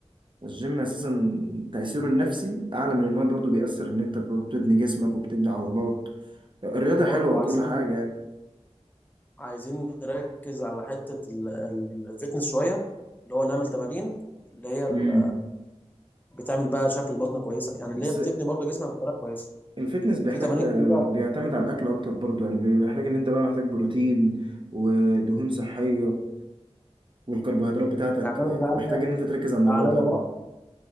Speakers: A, on the right; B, on the left.
A: الجيم أساسا تأثيره النفسي أعلى من إن هو برضه بيأثر إن أنت برضه بتبني جسمك وبتبني عضلات الرياضة
B: وبرضه
A: حلوة وكل
B: عايزين
A: حاجة يعني
B: عايزين نركز على حتة الفتنس شوية اللي هو نعمل تمارين اللي هي ال-
A: امم
B: بتعمل بقى شكل بطن كويسة يعني اللي
A: بس
B: هي بتبني برضو جسمك بطريقة كويسة
A: الفتنس بيحتاج
B: في تمارين
A: آه،
B: كتيرة
A: بيعتمد على الأكل أكتر برضه يعني بيحتاج إن أنت بقى محتاج بروتين ودهون صحية والكربوهيدرات بتاعتك
B: يعني أنا جه عليا
A: محتاج ان انت تركز على الموضوع
B: جه عليا
A: ده قوي
B: وقت